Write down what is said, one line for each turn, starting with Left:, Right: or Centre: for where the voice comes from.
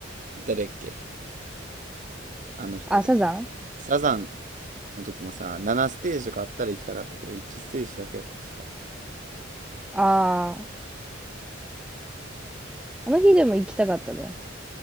Right: 誰やっけあの人たち。
Centre: あ、サザン
Right: サザンの時もさ、7ステージとかあったら行きたかったけど、1ステージだけやったしさ、
Centre: ああー、あの日でも行きたかったね。